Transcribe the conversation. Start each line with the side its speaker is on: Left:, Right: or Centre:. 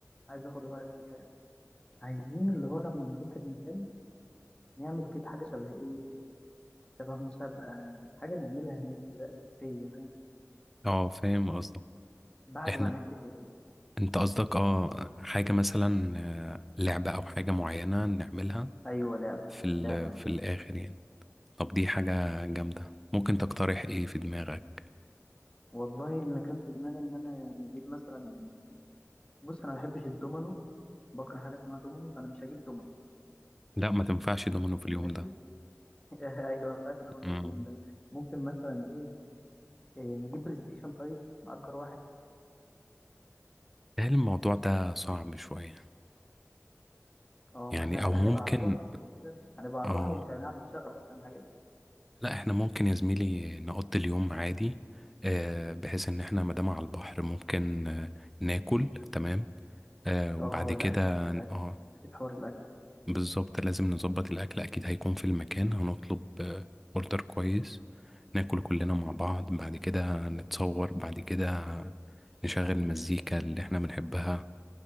Left: عايز اخد رأيك فيها يعني عايزين اللي هو لما نروح المكان نعمل كده حاجة شبه ايه شبه مسابقة حاجة نعملها هناك كده أساسية فاهم
Centre: اه فاهم قصدك
Left: بعد
Centre: احنا
Left: ما نحتفل يعني
Centre: انت قصدك اه حاجة مثلا آه، لعبة او حاجة معينة نعملها
Left: أيوة لعبة
Centre: في ال
Left: لعبة مثلا
Centre: في الاخر يعني طب دي حاجة جامدة ممكن تقترح ايه في دماغك
Left: والله أنا كان في دماغي إن أنا يعني أجيب مثلا بص أنا ما بحبش الدومينو بكره حاجة اسمها دومينو فأنا مش هجيب دومينو
Centre: لا ما تنفعش دومينو في اليوم
Left: ماشي
Centre: ده
Left: <laughs> أيوة ما ينفعش دومينو
Centre: امم
Left: في اليوم ده ممكن مثلا إيه, إيه نجيب بلاي ستيشن طيب نأجر واحد
Centre: هل الموضوع ده صعب شوية
Left: اه
Centre: يعني
Left: ما احنا هنبقى
Centre: او ممكن
Left: هنبقى على البحر كده كده هنبقى على
Centre: اه
Left: البحر ومش هنعرف نشغل أصلا الحاجة دي
Centre: لا احنا ممكن يا زميلي نقضي اليوم عادي آه، بحيث ان احنا مادام على البحر ممكن آه، ناكل تمام آه، وبعد
Left: اه
Centre: كده
Left: الأكل الأكل
Centre: اه
Left: نسيت حوار الأكل
Centre: بالظبط لازم نظبط الأكل أكيد هيكون في المكان هنطلب أوردر كويس ناكل كلنا مع بعض بعد كده نتصور بعد كده نشغل المزيكا اللي احنا بنحبها